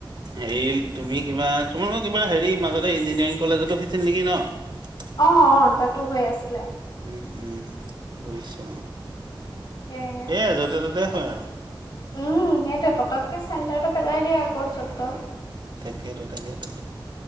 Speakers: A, on the right (about 60°); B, on the left (about 60°).
A: হেৰি তুমি কিবা তোমালোকৰ কিবা হেৰি মাজতে ইঞ্জিনিয়াৰিং কলেজতো ফেছিল হৈছিল নেকি ন
B: অ', অ তাতো হৈ আছিলে।
A: উম উম বুজিছো
B: সেয়েহে
A: এ যতে ততে হয়
B: উম সেইটোৱে পতককে চেণ্টাৰটো পেলাই দিয়া আকৌ য'ত ত
A: তাকে তাকেটো।